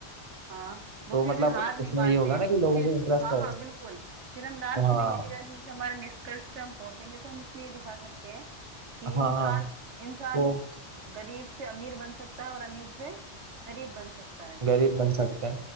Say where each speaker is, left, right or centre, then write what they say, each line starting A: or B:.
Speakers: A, on the right; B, on the right.
A: हाँ वो
B: तो
A: फिर
B: मतलब
A: भी हार नहीं
B: उसमें
A: मानते
B: ये होगा
A: हैं
B: ना
A: वो
B: कि
A: उस
B: लोगों
A: चीज
B: को इंटरेस्ट
A: को हाँ
B: है
A: हाँ बिल्कुल फिर हम लास्ट
B: हाँ
A: में ये दिखा जैसे हमारे निष्कर्ष पे हम पहुंचेंगे तो हम इसमें ये दिखा सकते हैं कि इंसान
B: हाँ हाँ
A: इंसान
B: तो
A: गरीब से अमीर बन सकता है और अमीर से गरीब बन सकता है
B: गरीब बन सकते हैं